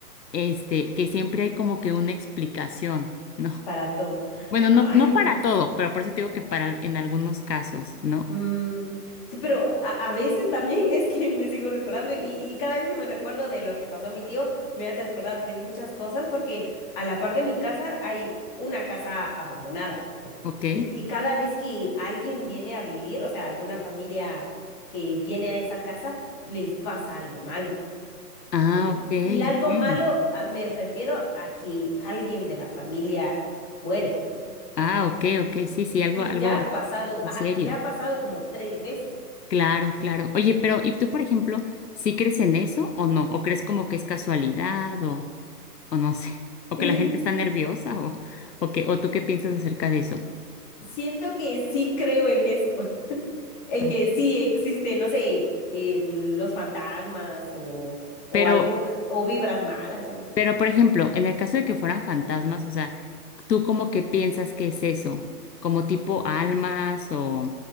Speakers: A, on the left (about 80°); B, on the left (about 30°).
A: este que siempre hay como que una explicación, ¿no?
B: para todo.
A: Bueno,
B: Ay,
A: no, no para
B: pues,
A: todo, pero por eso te digo que para en algunos casos, ¿no?
B: mm, sí, pero a, a veces también <laughs> es que me sigo recordando y, y cada vez que me recuerdo de lo que pasó a mi tío, me hace recordar de muchas cosas porque a la par de mi casa hay una casa abandonada. sí.
A: Ok.
B: Y, y cada vez que alguien viene a vivir, o sea, alguna familia que viene a esa casa, les pasa algo malo.
A: Ah,
B: Y,
A: ok,
B: y y algo
A: ok.
B: malo ah, me refiero a que alguien de la familia muere.
A: Ah, ok, ok, sí, sí, algo,
B: y
A: algo
B: ya ha pasado,
A: en
B: ajá,
A: serio.
B: y ya ha pasado como tres veces.
A: Claro, claro. Oye, pero ¿y tú, por ejemplo, sí crees en eso o no? ¿O crees como que es casualidad o, o no sé? ¿O
B: <laughs>
A: que la gente está nerviosa o, o que, o tú qué piensas acerca de eso?
B: Siento que sí creo en eso, <laughs> en
A: ¿no?
B: que sí existen, no sé, el- los fantasmas o, o
A: Pero,
B: algún, o vibras malas, algo así.
A: pero, por ejemplo, en el caso de que fueran fantasmas, o sea, ¿tú como que piensas que es eso? ¿Como tipo almas o,